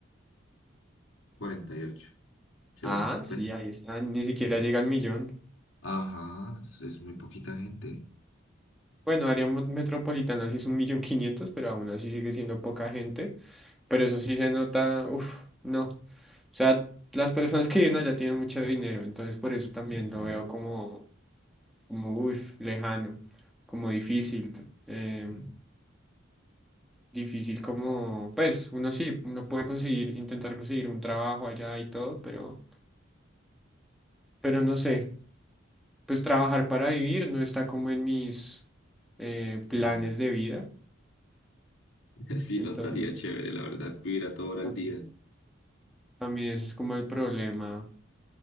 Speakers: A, on the left; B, in the centre.
A: 932.748, según
B: Ah,
A: esto,
B: sí,
A: pues.
B: ahí están, ni siquiera
A: Mm.
B: llega al millón.
A: Ajá, es, es muy poquita gente.
B: Bueno, área mo- metropolitana sí es un millón quinientos, pero aún así sigue siendo poca gente. Pero eso sí se nota, uff, no. O sea, las personas que viven allá tienen mucho dinero, entonces por eso también
A: Ujú,
B: lo veo como, como uff, lejano, como difícil. t- eh,
A: mm,
B: difícil como, pues, uno sí, uno puede conseguir, intentar conseguir un trabajo allá y todo, pero, pero no sé, pues trabajar para vivir no está como en mis eh, planes
A: No.
B: de vida.
A: <laughs> Sí,
B: Entonces,
A: no estaría chévere, la verdad, vivir a toda hora al
B: a mí,
A: día.
B: a mí ese es como el problema,